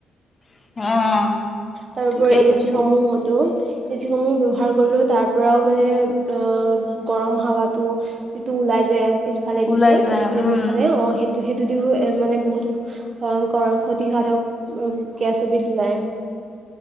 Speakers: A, on the left; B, on the right.
A: অ
B: তাৰোপৰি
A: ঠিকে
B: এ
A: কৈছে,
B: চি সমূহ হতো এ চি সমূহ ব্যৱহাৰ কৰিলেও তাৰ পৰাও মানে গৰম হাৱাটো যিটো ওলাই যায়। পিছফালে
A: ওলাই
B: দিছে
A: যায়
B: এচিৰ
A: উম,
B: পিছফালে অঁ সেই তো সেইটো দি মানে বহুত ভয়ংকৰ ক্ষতিসাধক গেছ এবিধ ওলায়।